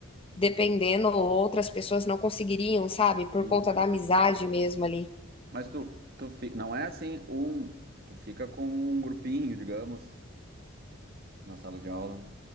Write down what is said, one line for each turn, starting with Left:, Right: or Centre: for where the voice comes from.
Left: dependendo, outras pessoas não conseguiriam, sabe?
Right: sim,
Left: Por conta
Right: claro.
Left: da amizade mesmo ali.
Right: Mas tu, tu fi... não é assim um, tu fica com um grupinho, digamos, na sala de aula.